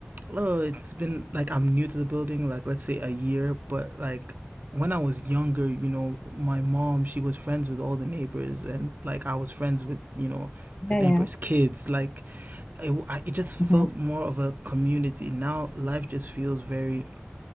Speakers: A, on the right; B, on the left.
A: oh, it's been like I'm new to the building, like let's say a year, but like when I was younger, you know, my mom, she was friends with all the neighbors, and like I was friends with, you know, the
B: Yeah,
A: neighbors'
B: yeah.
A: kids. Like it, w- I- it just felt
B: hmm
A: more of a community. Now life just feels very,